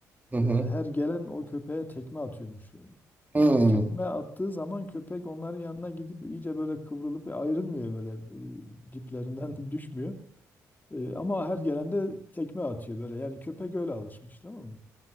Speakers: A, on the right; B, on the left.
A: Hı hı.
B: E, her gelen o köpeğe tekme atıyormuş.
A: Hmm.
B: O tekme attığı zaman köpek onların yanına gidip iyice böyle kıvrılıp ayrılmıyor böyle e, diplerinden <laughs> düşmüyor. E, ama her gelende tekme atıyor böyle. Yani köpek öyle alışmış tamam mı?